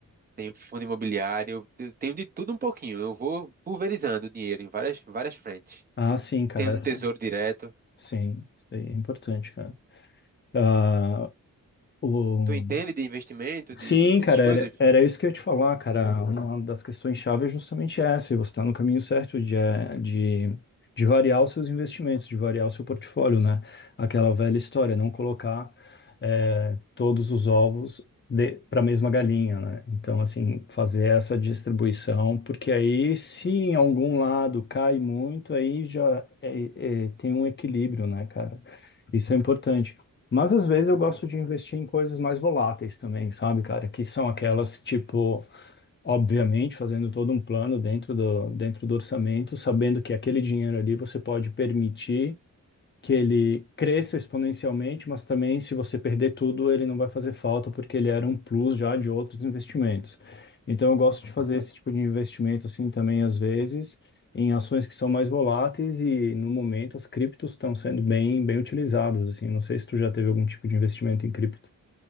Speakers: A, on the right (about 30°); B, on the left (about 35°).
A: tenho fundo imobiliário, eu tenho de tudo um pouquinho. Eu vou pulverizando o dinheiro em várias, várias frentes.
B: Ah, sim, cara.
A: Tenho
B: essa-
A: um tesouro direto.
B: Sim, isso aí é importante, cara. Ah, o,
A: Tu entende de investimento,
B: Sim,
A: de dessas
B: cara,
A: coisas?
B: era, era isso que eu ia te falar, cara. Uma das questões chave é justamente essa. Você está no caminho certo de, eh, de, de variar os seus investimentos, de variar o seu portfólio, né? Aquela velha história, não colocar eh, todos os ovos para a mesma galinha, né? Então, assim, fazer essa distribuição, porque aí, se em algum lado cai muito, aí já eh, eh, tem um equilíbrio, né, cara? Isso é importante. Mas às vezes eu gosto de investir em coisas mais voláteis também, sabe, cara? Que são aquelas, tipo, obviamente, fazendo todo um plano dentro do, dentro do orçamento, sabendo que aquele dinheiro ali você pode permitir que ele cresça exponencialmente, mas também se você perder tudo, ele não vai fazer falta porque ele era um plus já de outros investimentos. Então eu gosto de fazer esse tipo de investimento assim também às vezes em ações que são mais voláteis e no momento as criptos estão sendo bem bem utilizadas assim. Não sei se tu já teve algum tipo de investimento em cripto.